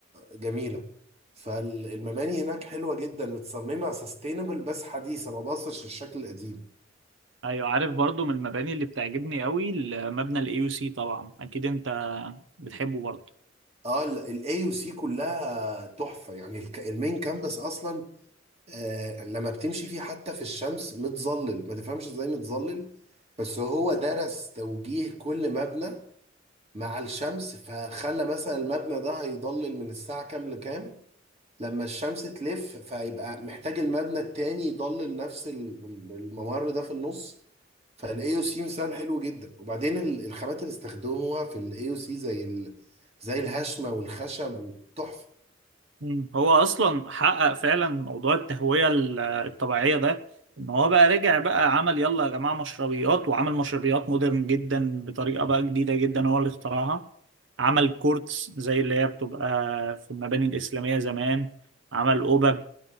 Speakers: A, on the right; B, on the right.
A: جميله فالمباني هناك حلوه جدا متصممه سستينبل بس حديثه ما باصش للشكل القديم
B: أيوة عارف برضو من المباني اللي بتعجبني أوي المبنى ال AUC طبعا أكيد أنت بتحبه برضو
A: اه الاي يو سي كلها تحفه يعني الك- المين كامبس اصلا آه لما بتمشي فيه حتى في الشمس متظلل ما تفهمش ازاي متظلل بس هو درس توجيه كل مبنى مع الشمس فخلى مثلا المبنى ده هيضلل من الساعة كام لكام لما الشمس تلف فيبقى محتاج المبنى التاني يضلل نفس الم- الممر ده في النص فالاي او سي مثال حلو جدا وبعدين ال- الخامات اللي استخدموها في الاي او سي زي ال... زي الهشمة والخشب وتحفة
B: مم. هو أصلا حقق فعلا موضوع التهوية ال- الطبيعية ده إن هو بقى رجع بقى عمل يلا يا جماعة مشربيات وعمل مشربيات مودرن جدا بطريقة بقى جديدة جدا هو اللي اخترعها عمل كورتس زي اللي هي بتبقى في المباني الإسلامية زمان عمل قبب